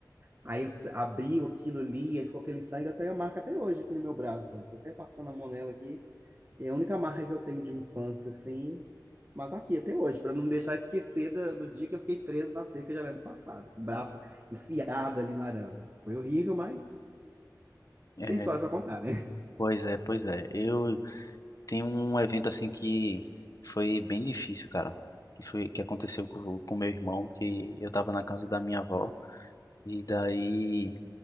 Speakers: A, on the right (about 30°); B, on the left (about 50°).
A: Aí eu f- abriu aquilo ali, aí ficou aquele sangue, eu tenho a marca até hoje aqui no meu braço. Tô até passando a mão nela aqui. É a única marca que eu tenho de infância, assim. Mas tá aqui até hoje, para não deixar esquecer da- do, dia que eu fiquei preso na cerca de arame farpado, com o braço enfiado ali no arame. Foi horrível, mas
B: É,
A: tem história para contar, né?
B: pois é, pois é. Eu Tem um evento assim que foi bem difícil, cara. Que foi que aconteceu com com meu irmão, que eu tava na casa da minha avó e daí